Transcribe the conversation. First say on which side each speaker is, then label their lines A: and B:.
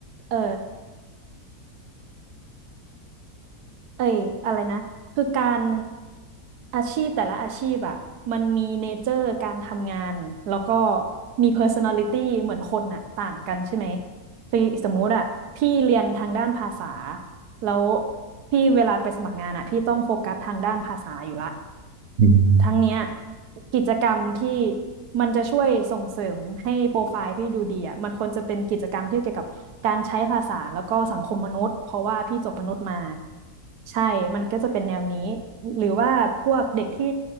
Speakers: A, on the right; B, on the right.
A: เออเอ้ยอะไรนะคือการอาชีพแต่ละอาชีพอ่ะมันมีเนเจอร์การทำงานแล้วก็มี personality เหมือนคนอ่ะต่างกันใช่ไหมคือสมมุติอ่ะพี่เรียนทางด้านภาษาแล้วพี่เวลาไปสมัครงานอ่ะพี่ต้องโฟกัสทางด้านภาษาอยู่ละ
B: อืม
A: ทั้งเนี้ยกิจกรรมที่มันจะช่วยส่งเสริมให้โปรไฟล์พี่ดูดีอ่ะมันควรจะเป็นกิจกรรมที่เกี่ยวกับการใช้ภาษาแล้วก็สังคมมนุษย์เพราะว่าพี่จบมนุษย์มาใช่มันก็จะเป็นแนวนี้หรือว่าพวกเด็กที่